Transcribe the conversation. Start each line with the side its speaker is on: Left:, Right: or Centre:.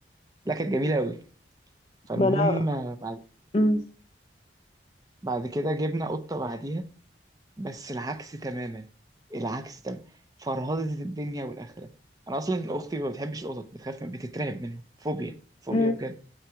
Right: لا كانت جميله قوي فالمهم
Left: ما انا
Right: آه، بعد
Left: امم
Right: بعد كده جبنا قطه بعديها بس العكس تماما العكس تماما فرهدة الدنيا والآخرة أنا أصلا أختي ما بتحبش القطط بتخاف بتترعب منهم فوبيا فوبيا
Left: امم
Right: بجد